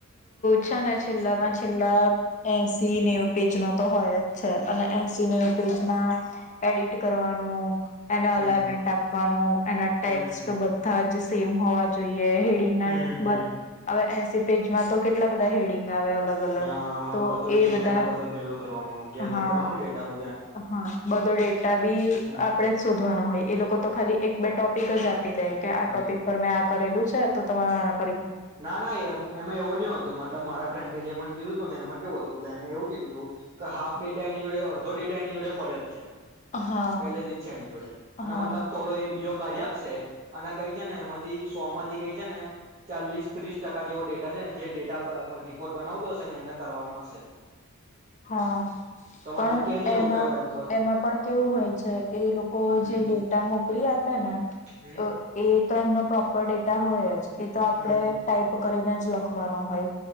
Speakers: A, on the left; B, on the right.
A: છે ને છેલ્લામાં છેલ્લા એસી નેવ પેજ નો તો હોય જ છે અને એસી નેવ પેજમાં એડિટ કરવાનું એને અલાઈમેન્ટ
B: હમ
A: આપવાનું એના ટેક્સ્ટ
B: હમ હમ
A: બધા જ સેમ હોવા જોઈએ. હેડિંગ
B: હમ હમ
A: હ પેજમાં તો કેટલા બધા હેડિંગ અલગ અલગ
B: હા હા
A: તો
B: બધો ડેટા
A: એ બધા
B: ના બધો ભેગો કરવાનો ગેધર
A: હા
B: કરવાનો ડેટા બ
A: હા બધો ડેટા બી
B: હમ
A: આપણેે જ શોધવાનો હોય એ લોકો તો ખાલી એક બે ટોપિક જાર દે કે આ
B: હમ
A: ટોપિક પર મેં આપ કરેલું છે તો તમામેરા
B: ના ના એમ એમાં એવો નહ હતું મતલબ મારા ફ્રેન્ડે જેમને કીધું ને એમાં કેવું હતું એવું કીધું હાફ ડેટા એની જોડે અડધો ડેટા એની જોડે પડ્યો જ છે.
A: હા
B: પેલેથી જ છે એની જોડે, અને
A: હા
B: મતલબ થોડો એ બીજો કાઢી આપશે અને કઈ છે ને એમાંથી સોમથી કઈ છે ને ચાલીસ ત્રીસ ટકા જેવો ડેટા છે ને જે ડેટા રિપોર્ટ બનાવતો હશે ને એને કરવાનું હશે.
A: હા,
B: તો મતલબ
A: પણ
B: કેજ એવું
A: એમાં
B: કઈ હોય તો
A: એમાં પણ કેવું હોય છે એ લોકો
B: હમ
A: જે ડેટા મોકલી આપે ને,
B: હમ
A: એ એ તો, એમનો પ્રોપર ડેટા હોય જ. એ તો આપડે
B: હમ હમ
A: ટાઈપ કરીને જ લખવાનો હોય.